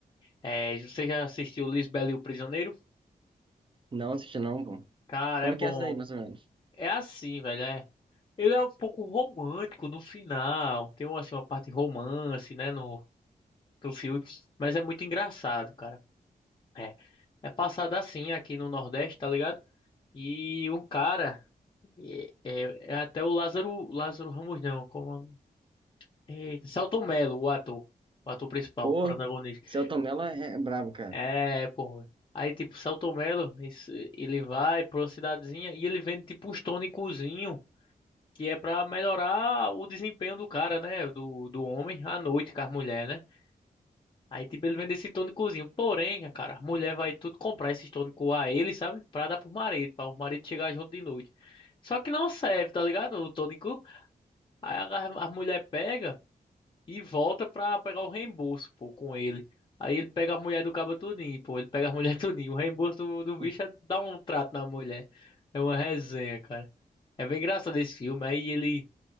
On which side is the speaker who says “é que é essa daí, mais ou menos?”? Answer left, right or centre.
Right